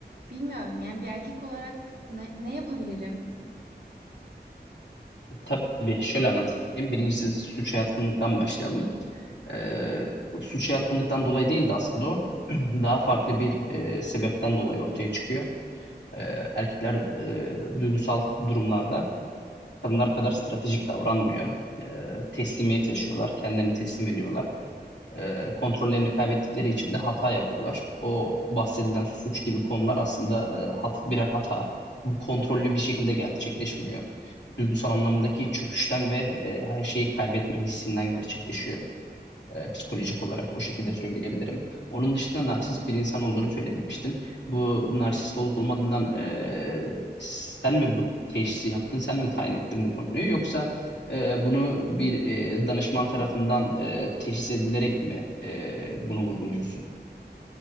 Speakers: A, on the right; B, on the left.
A: Bilmiyorum yani bir erkek olarak ne, ne yapabilirim?
B: Tabii şöyle anlatayım. Birincisi suça yatkınlıktan başlayalım. Ee, suça yatkınlıktan dolayı değil de aslında o <clears throat> daha farklı bir e, sebepten dolayı ortaya çıkıyor. Ee, erkekler e, duygusal durumlarda kadınlar kadar stratejik davranmıyor. Ee, teslimiyet yaşıyorlar, kendilerini teslim ediyorlar. E, kontrollerini kaybettikleri için de hata yapıyorlar. O bahsedilen suç gibi konular aslında e, hat, birer hata. Bu kontrollü bir şekilde gerçekleşmiyor. Duygusal anlamdaki çöküşten ve e, her şeyi kaybetme hissinden gerçekleşiyor. E, psikolojik olarak o şekilde söyleyebilirim. Onun dışında narsist bir insan olduğunu söylemiştin. Bu narsist olup olmadığından e, sen mi bu teşhisi yaptın, sen mi tayin ettin bu konuyu yoksa e, bunu bir e, danışman tarafından e, teşhis edilerek mi e, bunu vurguluyorsun?